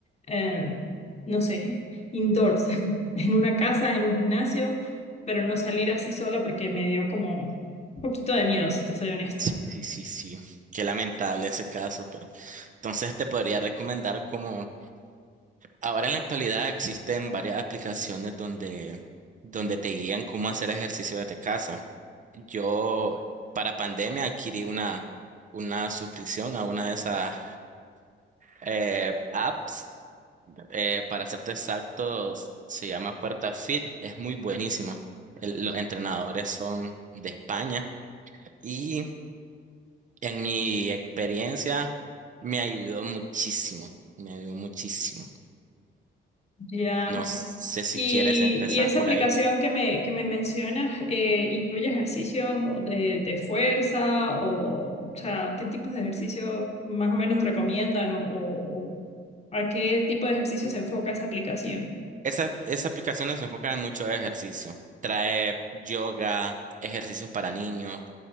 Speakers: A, on the left; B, on the right.
A: eh, no sé, indoors, <laughs> en una casa, en un gimnasio, pero no salir así sola porque me dio como un poquito de miedo, si te soy honesta.
B: Sí, sí, sí, sí. Qué lamentable ese caso, pero entonces te podría recomendar como Ahora en la actualidad existen varias aplicaciones donde, donde te guían cómo hacer ejercicio desde casa. Yo para pandemia adquirí una, una suscripción a una de esas eh, apps. Eh, para serte exactos, se llama Puerta Fit. Es muy buenísima. El- los entrenadores son de España y en mi experiencia me ayudó muchísimo. Me ayudó muchísimo.
A: Ya.
B: No sé si
A: Y,
B: quieres empezar
A: y esa
B: por
A: aplicación
B: ahí.
A: que me, que me mencionas, eh, ¿incluye ejercicios de, de fuerza o, o sea, qué tipos de ejercicios más o menos recomiendan o, o- o a qué tipo de ejercicio se enfoca esa aplicación?
B: Esa, esa aplicación nos enfoca en mucho ejercicio. Trae yoga, ejercicios para niños,